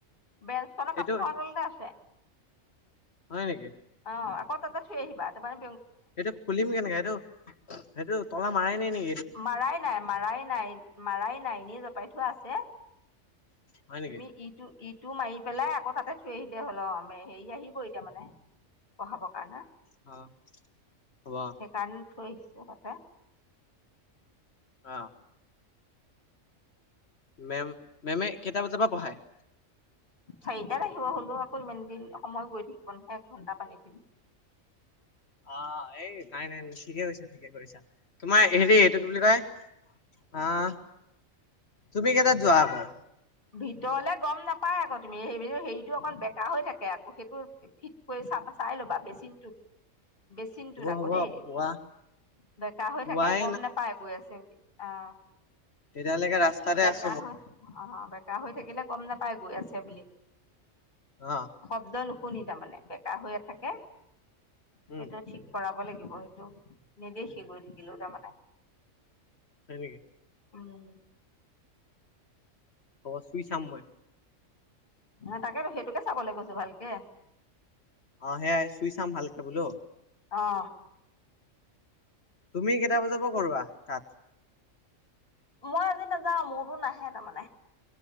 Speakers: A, on the left; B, on the left.
A: বেঞ্চখনৰ
B: সেইটো
A: কাপোৰ খনৰ তলতে আছে।
B: হয় নেকি
A: অ আকৌ তাতে থৈ আহিবা, তাৰ মানে
B: এইটো খুলিম কেনেকে? এইটো সেইটো তলা মাৰাই নেক
A: মাৰাই নাই, মাৰাই নাই, মাৰাই নাই, এনেই জপাই থোৱা আছে।
B: হয় নেকি
A: তুমি ইটো-ইটো মাৰি পেলাই আকৌ তাতে থৈ আহিলে হ'ল অ মে হেৰি আহিব এতিয়া মানে পঢ়াপকা ন
B: অ হ'ব
A: সেইকাৰণে থৈছ তাতে
B: অ মেম, মেমে কেইটা বজাৰ পৰা পঢ়ায়?
A: চাৰিটাত আহিব হলেও আকৌ ইমান দিন সময় গৈ থাকিব নহয় এঘন্টা পানীখিনি
B: আহ এই নাই, নাই, ঠিকে কৈছে। কি কৰিছা? তোমাৰ হেৰি এইটো
A: উম
B: কি বুলি কয় আহ তুমি কেইটাত যোৱা আকৌ?
A: ভিতৰলে গম নাপায় আকৌ তুমি সেই হেৰিটো অকণ বেকা হৈ থাকে আকৌ, সেইটো চাবা, চাই ল'বা বেচিনটোত বেচিনটোত আকৌ
B: হ'ব হ'ব
A: দেই,
B: পোৱা
A: বেকা হৈ
B: পোৱাই
A: থাকে গম নেপায় গৈ আছে বুলি। আহ
B: তেতিয়ালৈকে ৰাস্তাতে আছ
A: কাহৈ অ, হ, হবা কাঁহ হৈ থাকিলে গম নাপাই গৈ আছে বুলি।
B: অ
A: শব্দ লহ শুনি তাৰমানে বেকা হৈয়ে থাকে।
B: উম
A: সেটোৱে ঠিক কৰাব লাগি কি হ'ব সেইটো? নেদেখি গৈ থাকিলো তাৰমানে।
B: হয় নেকি?
A: উম
B: হ'ব চুই চাম মই।
A: নহয় তাকেতো সেইটোকে চাবলে কৈছো ভালকে।
B: অ', সেয়াই চুই চাম ভালকে বোলো।
A: অহ
B: তুমি কেইটা বজা পৰা কৰোৱা তাত?
A: মই আজি নাযাওঁ, মোৰতো নাহে তাৰমানে।